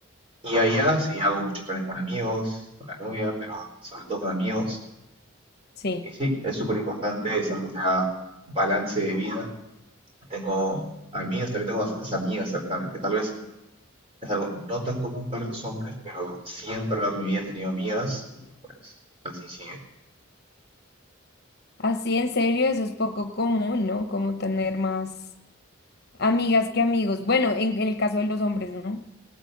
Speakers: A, on the right; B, on the left.
A: Y Ajá. allá sí hago muchos planes con amigos, con la novia, pero sobre todo con amigos.
B: Sí.
A: Y sí, es súper importante, es algo que te da balance de vida. Tengo amigas, también tengo bastantes amigas cercanas, que tal vez es algo no tan común para los hombres, pero siempre a lo largo de mi vida he tenido amigas y pues así sigue.
B: Así, en serio, eso es poco común, ¿no? Como tener más amigas que amigos. Bueno, en, en el caso de los hombres, ¿no?